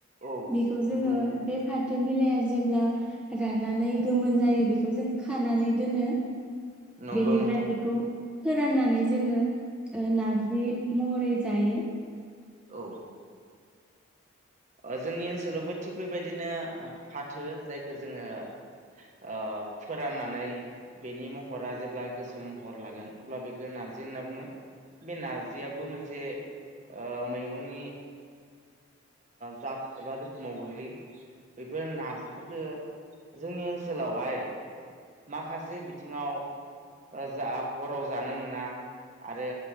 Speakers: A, on the right; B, in the centre.
A: औ
B: बेखौ
A: नंगौ
B: जोङो
A: नोंथां
B: बे फाथो बिलाइआ जेब्ला रानानै गोमोन जायो बेखौ जों खानानै दोनो।
A: नंगौ
B: बेनिफ्राय
A: नोंथां
B: बेखौ फोराननानै जोङो ओ नार्जि महरै जायो।
A: औ ओ जोंनि ओनसोलावबो थिग बेबायदिनो आ फाथो जायखो जोङो ओ फोराननानै बेनि महरा जेब्ला गोसोम महर लागोन अब्ला बेखो नारजि होनना बुङो बे नारजियाबो मोनसे ओ मैगंनि जात एबा रोखोमाव गोग्लैयो बेफोर नारजिफोरखौ जोंनि ओनसोलावहाय माखासे बिथिङाव जा हराव जानो मोना आरो